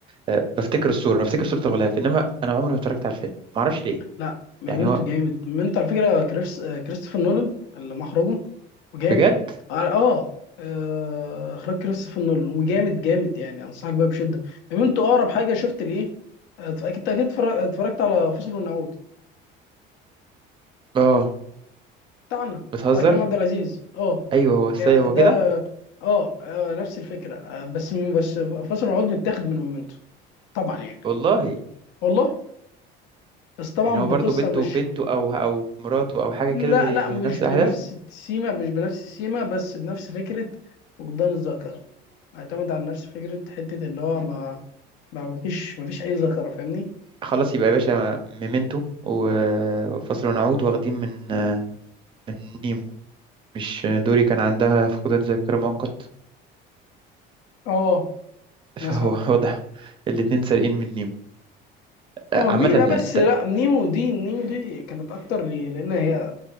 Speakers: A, on the right; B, on the left.
A: آه، بفتكر الصورة بفتكر صورة الغلاف إنما أنا عمري ما اتفرجت على الفيلم معرفش ليه
B: لا ميمنتو
A: يعني هو
B: جامد ميمنتو على فكره كريس آه، كريستوفر نولان اللي مخرجه وجامد
A: بجد
B: اه آه، آه، اخراج كريستوفر نولان وجامد جامد يعني انصحك بيها بشده ميمنتو اقرب حاجه شفت لايه آه، اكيد اكيد اتفرج- اتفرجت على فصل ونعود
A: آه
B: بتاعنا
A: بتهزر
B: بتاع كريم عبد العزيز اه
A: أيوه هو السيد
B: ك-
A: هو
B: ده
A: كده
B: اه آه، نفس الفكره آه، بس بس فصل ونعود متاخد من ميمنتو طبعا يعني
A: والله
B: والله بس طبعا
A: يعني هو
B: بقصه
A: برضو بنته
B: مش
A: بنته أو أو مراته أو حاجة
B: لا
A: كده زي
B: لا مش
A: نفس
B: بنفس
A: الأحداث
B: السيما مش بنفس السيما بس بنفس فكرة فقدان الذاكرة معتمد على نفس فكرة حتة إن هو ما ما فيش ما فيش أي ذاكرة فاهمني؟
A: خلاص يبقى يا باشا ميمنتو و- وفصل ونعود واخدين من آه، من نيمو مش دوري كان عندها فقدان ذاكرة مؤقت
B: اه مثلا
A: فهو <laughs> واضح الاتنين سارقين مني
B: اه
A: آه،
B: مينا
A: عامة من-
B: بس
A: انت
B: لا نيمو دي نيمو دي كانت أكتر لي لأن هي